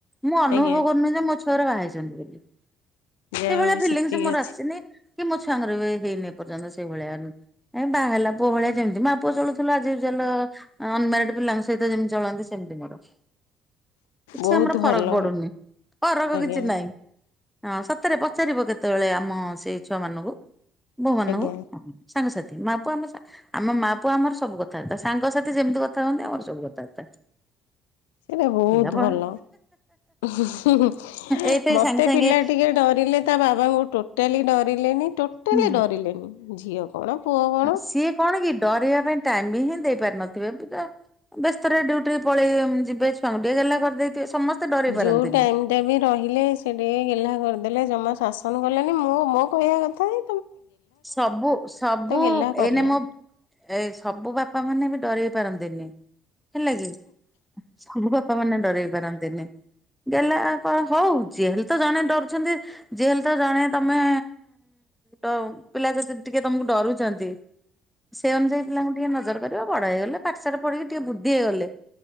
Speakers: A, in the centre; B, on the left (about 75°).
A: ମୁଁ ଅନୁଭବ
B: ଆଜ୍ଞା
A: କରୁନି ଯେ ମୋ ଛୁଆଗୁରା ବାହାହେଇଛନ୍ତି ବୋଲି।
B: ଯାହା
A: ସେଇଭଳିଆ
B: ହଉ
A: ଫିଲିଂସ୍
B: ସେତିକି
A: ମୋର
B: ଅଛି
A: ଆସିନି। କି ମୋ ଛୁଆଙ୍କର ବି ହେଇନି ଏ ପର୍ଯ୍ୟନ୍ତ ସେଇଭଳିଆ ଏ ବାହେଲା ପୁଅ ଭଳିଆ ଯେମିତି ମାଆ ପୁଅ ଚଳୁଥିଲୁ ଆଜ ୟୁଜୁଆଲ ଅନମ୍ୟାରେଡ୍ ପିଲାଙ୍କ ସହିତ ଯେମିତି ଚଳନ୍ତି ସେମିତି ମୋର। କିଛି
B: ବହୁତ
A: ଆମର ଫରକ୍
B: ଭଲ
A: ପଡୁନି ଫରକ
B: ଆଜ୍ଞା
A: କିଛି ନାହିଁ। ହଁ ସତରେ ପଚାରିବ କେତେବେଳେ ଆମ ସେଇ ଛୁଆ ମାନଙ୍କୁ ବୋହୂ ମାନଙ୍କୁ।
B: ଆଜ୍ଞା
A: ସାଙ୍ଗସାଥି ମା ପୁଅ ଆମ ଆମ ମା ପୁଅ ଆମର ସବୁ କଥାବାର୍ତ୍ତା ସାଙ୍ଗସାଥି ଯେମିତି କଥା ହୁଅନ୍ତି ଆମର ସବୁ କଥାବାର୍ତ୍ତା।
B: ଏଟା ବହୁତ
A: ପିଲା ବ
B: ଭଲ। ହି ହି
A: ଏଇଠି
B: ମତେ
A: ସାଙ୍ଗେ ସାଙ୍ଗେ
B: ପିଲା ଟିକେ ଡରିଲେ ତା ବାବାଙ୍କୁ ଟୋଟାଲି ଡରିଲେନି ଟୋଟାଲି
A: ହୁଁ
B: ଡରିଲେନି ଝିଅ କଣ ପୁଅ କଣ
A: ସିଏ କଣ କି ଡରିବା ପାଇଁ ଟାଇମ ବି ହିଁ ଦେଇ ପାରିନଥିବେ ଏବେ ତ ବ୍ୟସ୍ତରେ ଡ୍ୟୁଟି ପଳେଇ ଯିବେ ଛୁଆଙ୍କୁ ଟିକେ ଗେଲ୍ହା କରିଦେଇଥିବେ ସମସ୍ତେ ଡରେଇ ପାରନ୍ତିନି।
B: ଯୋଉ ଟାଇମ୍ ରହିଲେ ସେ ଟିକେ ଗେଲ୍ହା କରିଦେଲେ ଜମା ଶାସନ କଲେନି ମୁଁ ମୋ କହିବା କଥା କି
A: ସବୁ ସବୁ
B: ଗେହ୍ଲା କରିବା
A: ଏଇନେ ମୋ ଏଇ ସବୁ ବାପା ମାନେ ବି ଡରେଇ ପାରନ୍ତିନି ହେଲା କି। ସବୁ ବାପା ମାନେ ଡରେଇ ପାରନ୍ତିନି। ଗେଲ୍ହା କଣ ହୋଉ ଯିଏ ହେଲେ ତ ଜଣେ ଡରୁଚନ୍ତି ଯିଏ ହେଲେ ତ ଜଣେ ତମେ ଡ ଉ ପିଲା ଯଦି ଟିକେ ତମକୁ ଡରୁଚନ୍ତି। ସେ ଅନୁଯାୟୀ ପିଲାଙ୍କୁ ଟିକେ ନଜର କରିବ ବଡ ହେଇଗଲେ ପାଠସାଠ ପଢିକି ଟିକେ ବୁଦ୍ଧି ହେଇଗଲେ